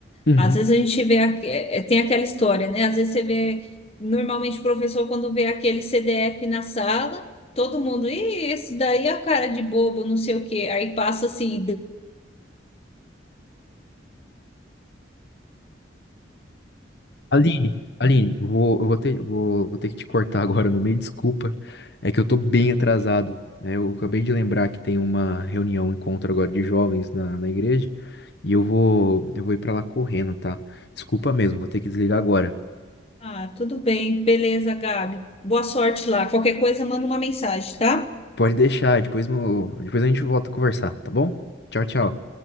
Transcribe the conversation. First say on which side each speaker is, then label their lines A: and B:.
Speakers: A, on the left (about 60°); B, on the left (about 30°).
A: Uhum.
B: Às vezes a gente vê, aque- é, é, tem aquela história, né? Às vezes você vê, normalmente o professor, quando vê aquele CDF na sala, todo mundo, e esse daí é a cara de bobo, não sei o quê. Aí passa assim,
A: Aline, Aline, vou, eu vou ter, vou, vou ter que te cortar <laughs> agora no meio, desculpa. É que eu tô bem atrasado, né? Eu acabei de lembrar que tem uma reunião, um encontro agora de jovens na, na igreja, e eu vou, eu vou ir pra lá correndo, tá? Desculpa mesmo, vou ter que desligar agora.
B: ah, tudo bem, beleza, Gabi, boa sorte lá. Qualquer coisa, manda uma mensagem, tá?
A: Pode deixar, depois, mo- depois a gente volta a conversar, tá bom? Tchau, tchau.